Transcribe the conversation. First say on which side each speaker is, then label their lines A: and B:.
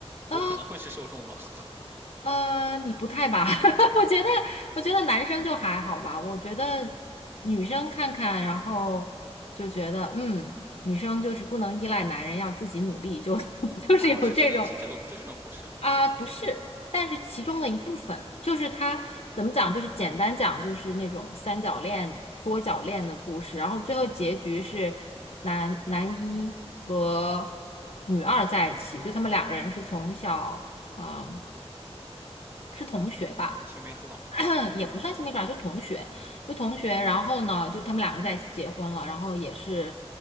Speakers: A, on the left; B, on the right.
A: 啊，
B: 我可能会是受众吗？<laughs>
A: 呃，你不太吧？<laughs> 我觉得，我觉得男生就还好吧。我觉得女生看看，然后就觉得，嗯，女生就是不能依赖男人，要自己努力，就 <laughs> 就是有这种
B: 哦，是这个，是这个，就这种故事啊，
A: 啊，不是，但是其中的一部分，就是他怎么讲，就是简单讲，就是那种三角恋、多角恋的故事，然后最后结局是男男一和女二在一起，就他们两个人是从小。嗯，是同学吧，
B: 青梅竹马。
A: <clears throat> 也不算青梅竹马，就同学，就同学。然后呢，就他们两个在一起结婚了，然后也是